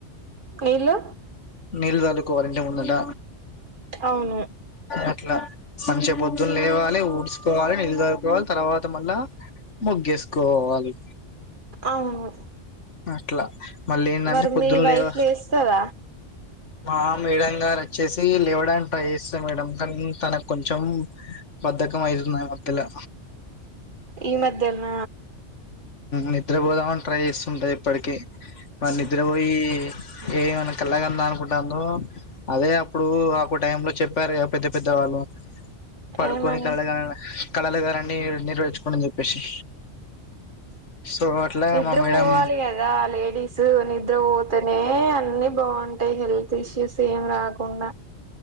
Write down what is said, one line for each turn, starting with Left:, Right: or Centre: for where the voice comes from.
Right: నీళ్లు
Left: నీళ్లు చల్లుకోవాలంటే ఇంటి ముందట
Right: అవును
Left: అట్లా మంచిగా పొద్దున లేవాలె ఊ ఊడ్చుకోవాలె నీళ్లు చల్లుకోవాలె తర్వాత మళ్ళా మొగ్గేసుకోవాలి
Right: అవును
Left: అట్లా మళ్ళీ ఏందంటే
Right: మరి
Left: పొద్దున్న
Right: మీ వైఫ్
Left: లేవ
Right: లేస్తద
Left: మా మేడం గారు వచ్చేసి లేవడానికి ట్రై చేస్తాది మేడం కానీ తనకు కొంచెం బద్ధకం అవుతుంది మధ్యల
Right: ఈ మధ్యన
Left: నిద్ర పోధమనుకున్నా ట్రై చేస్తూ ఉంటాది ఎప్పటికీ మరి నిద్ర పోయి ఏమన్నా కళగన్న అనుకుంటుందో అదే అప్పుడు ఒక టైమ్ లో చెప్పారు పెద్ద పెద్ద వాళ్ళు పడుకోని
Right: ఏమని
Left: కళ్ళలు కన్నడం కళలు కనండి నేర్చుకోమని చెప్పేసి సో అట్లా
Right: నిద్ర
Left: మా మేడం
Right: పోవాలి కదా లేడీస్ నిద్ర పోతేనే అ అన్నీ బాగుంటాయి హెల్త్ ఇష్యూస్ ఏం రాకుండా